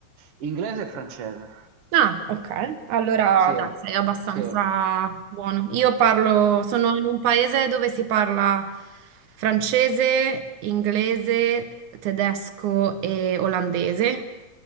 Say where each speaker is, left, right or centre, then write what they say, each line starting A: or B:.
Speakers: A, on the right; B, on the right.
A: inglese e francese.
B: Ah, Ok, allora
A: Sì,
B: dai, sei abbastanza
A: sì. Eh.
B: buono. Io parlo, sono in un paese dove si parla francese, inglese, tedesco e olandese,